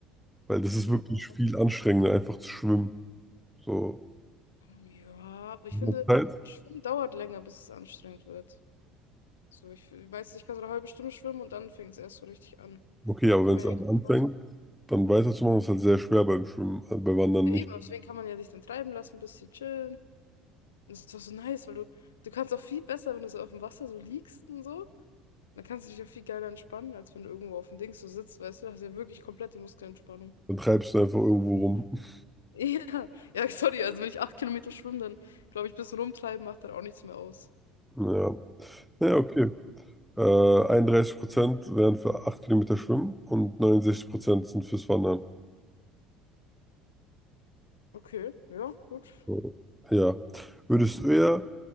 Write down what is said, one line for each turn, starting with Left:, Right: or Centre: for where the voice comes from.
Centre: Weil das ist
Left: Ja.
Centre: wirklich viel anstrengender, einfach zu schwimmen. So,
Left: Ja, aber ich
Centre: mit
Left: finde,
Centre: der Zeit.
Left: Schwimmen dauert länger, bis es anstrengend wird. So, ich, ich weiß nicht, ich kann so eine halbe Stunde schwimmen und dann fängt es erst so richtig an.
Centre: Okay, aber
Left: Dann kann
Centre: wenn es
Left: man ja
Centre: einmal
Left: echt
Centre: anfängt,
Left: Pause machen.
Centre: dann weiterzumachen, ist halt sehr schwer beim Schwimmen, äh, bei Wandern
Left: Ja,
Centre: nicht.
Left: eben, aber deswegen kann man ja sich dann treiben lassen, ein bisschen chillen. Und das ist doch so nice, weil du, du kannst auch viel besser, wenn du so auf dem Wasser so liegst und so. Dann kannst du dich auch viel geiler entspannen, als wenn du irgendwo auf dem Dings so sitzt, weißt du, da hast du ja wirklich komplette Muskelentspannung. <laughs>
Centre: Dann treibst du einfach irgendwo rum. <laughs>
Left: Ja, ja, sorry, also wenn ich acht Kilometer schwimme, dann glaube ich, ein bisschen rumtreiben macht dann auch nichts mehr aus.
Centre: Ja, ja, okay. Äh, einunddreißig Prozent wären für 8 Kilometer Schwimmen und 69% sind fürs Wandern.
Left: Okay, ja, gut.
Centre: So. Ja. Würdest du eher